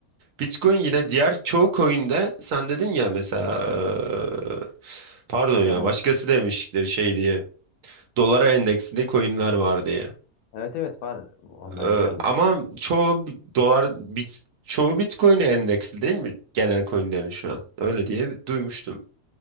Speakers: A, on the right; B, on the left.
A: Bitcoin yine diğer çoğu coin'de sen dedin ya mesela eee, pardon
B: Elon
A: ya başkası
B: Musk
A: demiş de şey diye dolara endeksli coin'ler var diye.
B: Evet evet var onlar
A: Eee,
B: biliyorum.
A: ama çoğu dolar bit çoğu Bitcoin'e endeksli değil mi genel coin'lerin şu an? Öyle diye duymuştum.